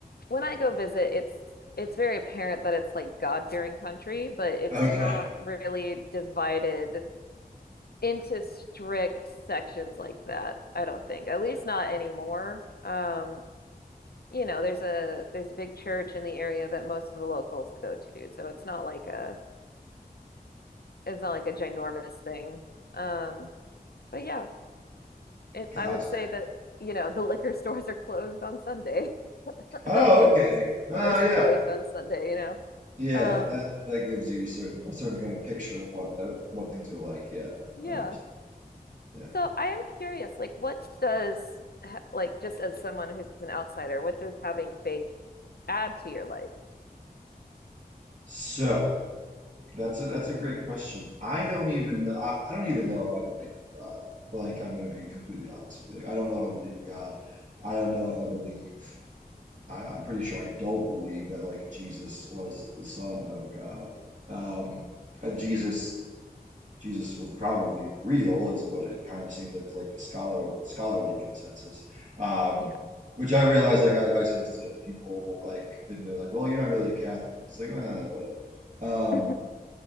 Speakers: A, on the left (about 75°); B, on the right (about 50°).
A: when I go visit, it's it's very apparent that it's like God-fearing country, but it's
B: Okay,
A: not really divided into strict sections like that, I don't think. At least not anymore. Um, you know, there's a there's a big church in the area that most of the locals go to, so it's not like a it's not like a ginormous thing. Um, but yeah, it,
B: gotcha.
A: I would say that you know the liquor <laughs> stores are closed on Sunday. <laughs>
B: Oh,
A: a bunch
B: okay.
A: of
B: Oh,
A: stores
B: yeah.
A: are closed on Sunday. You know,
B: Yeah,
A: um,
B: that that gives you a certain a certain kind of picture of what that what things are like. Yeah,
A: yeah.
B: I understand. Yeah.
A: So I am curious, like, what does like just as someone who's an outsider, what does having faith add to your life?
B: So That's a that's a great question. I don't even know I, I don't even know if I believe in God. Like I'm gonna be completely honest with you. Like I don't know if I believe in God. I don't know if I believe I, I'm pretty sure I don't believe that like Jesus was the Son of God. Um and Jesus
A: Mhm.
B: Jesus was probably real is what it kind of seems like is like the scholar scholarly consensus. Um
A: Yeah.
B: which I realize like I, I say this to people like and they're like, well you're not really a Catholic. It's like uh, whatever. Um
A: <laughs>